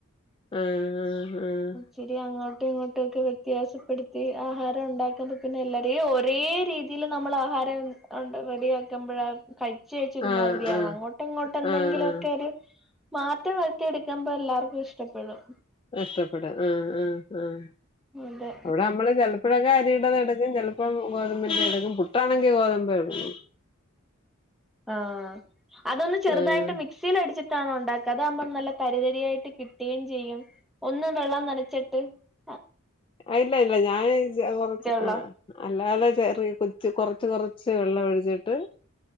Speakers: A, on the left; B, in the centre.
A: ആഹ് ആഹ്
B: ശരി അങ്ങോട്ടും ഇങ്ങോട്ടും ഒക്കെ വ്യത്യാസപ്പെടുത്തി ആഹാരം ഉണ്ടാക്കാതെ പിന്നെ എല്ലാരും ഒരേ രീ തില് നമ്മള് ആഹാരം ഉണ്ട് റെഡിയാക്കുമ്പഴാണ് കഴിച് കഴച്ച് ഒരുമാതിരിയാവും
A: ആഹ് ആഹ്
B: അങ്ങോട്ടൊ ഇങ്ങോട്ടൊ എന്തെങ്കിലൊക്കെ
A: ആഹ് ആഹ് ആഹ്
B: ഒര് മാറ്റം വര്ത്തി എട്ക്കമ്പോ എല്ലാവർക്കും ഇഷ്ടപ്പെടും
A: നഷ്ടപ്പെടും ആഹ് ആഹ് ആഹ്
B: അതെ
A: അവിടെ നമ്മള് ചെൽ ഇപ്പോഴൊക്കെ അരിടാതെ എടുക്കും ചെൽപ്പോം ഗോതമ്പിന്റെ എടുക്കും പുട്ടാണെങ്കിൽ ഗോതമ്പ് എടുക്കും
B: ആഹ് അതൊന്ന് ചെറുതായിട്ട്
A: ആഹ്
B: മിക് സീലടിച്ചിട്ടാണോ ണ്ടാക്ക അതാകുമ്പ നല്ല തരി തരിയായിട്ട് കി ട്ടേം ചെയ്യും ഒന്ന് വെള്ളം നനച്ചിട്ട് ആ
A: അയ്ലല്ല ഞാന് കൊറച്ച്
B: ഉള്ളോ
A: ആ അല്ലാതെ ചെറിയ കൊച്ച് കൊറച്ച് കൊറച്ച് വെള്ളം ഒഴിച്ചിട്ട്